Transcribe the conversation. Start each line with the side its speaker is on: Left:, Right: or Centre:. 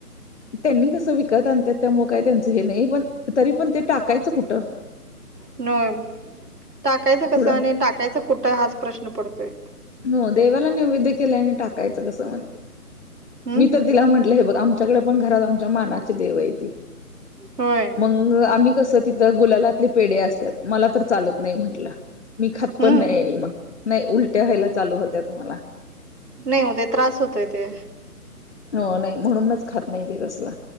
Left: त्यांनी कसं विकत आणतात त्यामुळ काय त्यांचं हे नाही पण तरी पण ते टाकायचं कुठं.
Right: नय टाकायचं कसं
Left: पुढं
Right: आणि टाकायचं कुठं हाच प्रश्न पडतोय.
Left: हो देवाला नैवेद्य केल्या आणि टाकायचं कसं म्हणते
Right: हम्म
Left: मी तर तिला म्हंटलं हे बघ आमच. सगळे पण घरात आमच्या मानाचे देव हाय ती.
Right: होय.
Left: आम्ही कसं तिथं गुलालातले पेढ असतात मला तर चालत''--'' नाही म्हंटलं मी खातपण
Right: हम्म
Left: नाही आहे मग नाही उल''--'' उलट्या व्हायला चालू होत्या मला.
Right: नाही हो ते त्रास होतोय ते
Left: हो नाही म्हणूनच खात नाही तेे तसला.